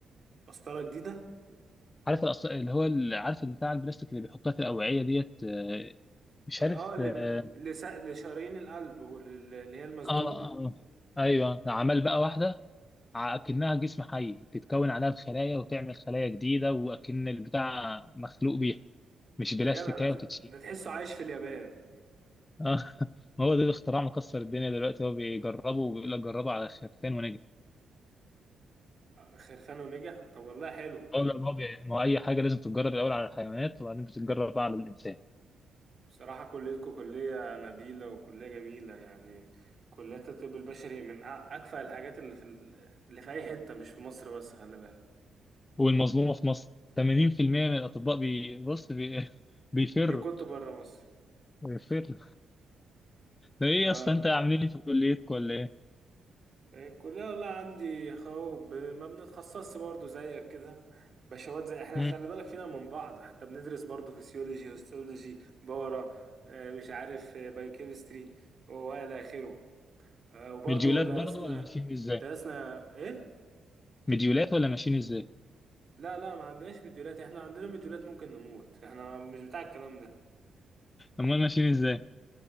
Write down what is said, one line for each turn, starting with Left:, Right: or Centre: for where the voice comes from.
Right: قسطرة جديدة
Left: عارف الأسط- اللي هو ال- عارف بتاع البلاستيك اللي بيحطها في الأوعية ديت آه، مش
Right: إيه،
Left: عارف
Right: اه اللي
Left: آه
Right: ب... اللي, س... اللي شارين القلب واللي اللي هي المسدودة
Left: آه, آه, آه أيوه عمل بقى واحدة أكنها جسم حي تتكون عليها الخلايا وتعمل خلايا جديدة وأكن البتاع مخلوق بيها مش بلاستيكية
Right: يا جدع ده, ت-
Left: وتتشيل
Right: ده تحسه عايش في اليابان
Left: آه. <laughs> ما هو ده الاختراع مكسر الدنيا دلوقتي هو بيجربه وبيقول لك جربه على خرفان ونجح
Right: آه، خرفان نجح طب والله حلو
Left: هو لا، ما هو بي- ما هو أي حاجة لازم تتجرب الأول على الحيوانات وبعدين بتتجرب بقى على الإنسان
Right: بصراحة كليتكم كلية نبيلة وكلية جميلة يعني كليات الطب البشري من أ- أكفأ الحاجات اللي في ال- اللي في أي حتة مش في مصر بس خلي بالك
Left: والمظلومة في مصر 80% من الأطباء بي- بص بي... <laughs> بيفروا
Right: بيكونوا بره مصر
Left: بيفروا ده إيه
Right: اه
Left: يا اسطى أنت عاملين إيه في كليتكم ولا إيه؟
Right: الكلية والله عندي اهو ب- ما بنتخصصش برضه زيك كده بشوات زي احنا
Left: مم.
Right: خلي بالك فينا من بعض حتى بندرس برضه فيسيولوجي هيستولوجي بورا آه، مش عارف بايوكيمستري والى اخره آه، وبرضه
Left: مديولات
Right: درسنا
Left: برضه ولا ماشيين إزاي؟
Right: درسنا ايه
Left: مديولات ولا ماشيين إزاي؟
Right: لا لا ما عندناش مديولات احنا عندنا مديولات ممكن نموت احنا مش بتاع الكلام ده
Left: أمال ماشيين إزاي؟